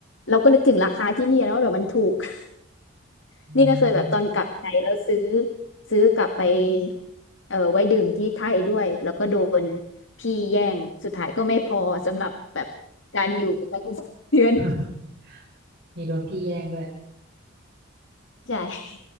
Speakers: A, on the left (about 65°); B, on the right (about 55°).
A: เราก็นึกถึงราคาที่เนี่ยนะว่าแบบมันถูก <laughs>
B: อื
A: นี่ก็เคยแบบตอนกลับไทยแล้วซื้อ
B: ม
A: ซื้อกลับไปเออไว้ดื่มที่ไทยด้วยแล้วก็โดนพี่แย่ง สุดท้ายก็ไม่พอสำหรับแบบการอยู่ตั้ง <laughs> สามเดือน
B: <laughs> มีโดนพี่แย่งด้วย
A: ใช่